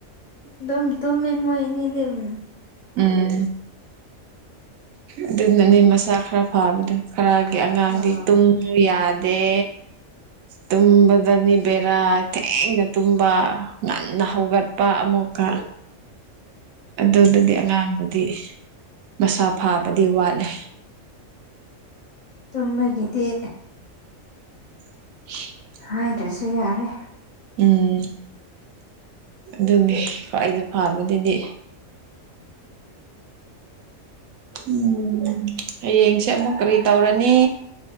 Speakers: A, on the left; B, on the right.
A: ꯑꯗꯨꯝ ꯇꯨꯝꯃꯦ ꯃꯣꯏꯑꯅꯤꯗꯤ ꯎꯝ
B: ꯎꯝ ꯑꯗꯨꯅꯅꯦ ꯃꯁꯥ ꯈꯔ ꯐꯥꯕꯗꯣ ꯈꯔꯒꯤ ꯑꯉꯥꯡꯗꯤ
A: ꯑꯥ
B: ꯇꯨꯝꯃꯨ ꯌꯥꯗꯦ ꯇꯨꯝꯕꯗꯅꯤ ꯕꯦꯔꯥ ꯊꯦꯡꯅ ꯇꯨꯝꯕ ꯉꯟꯅ ꯍꯧꯒꯠꯄ ꯑꯃꯨꯛꯀ
A: <inaudible>
B: ꯑꯗꯨꯗꯗꯤ
A: ꯎꯝ
B: ꯑꯉꯥꯡꯗꯨꯗꯤ ꯃꯁꯥ ꯐꯥꯕꯗꯤ ꯋꯥꯠꯂꯦ
A: ꯇꯨꯝꯃꯒꯤꯗꯤ
B: <inaudible>
A: ꯍꯥꯏꯗ꯭ꯔꯁꯨ ꯌꯥꯔꯦ
B: ꯎꯝ ꯑꯗꯨꯅꯦ ꯈ꯭ꯋꯥꯏꯗ ꯐꯥꯕꯗꯨꯗꯤ
A: <inaudible>
B: ꯎꯝ ꯍꯌꯦꯡꯁꯦ ꯑꯃꯨꯛ ꯀꯔꯤ ꯇꯧꯔꯅꯤ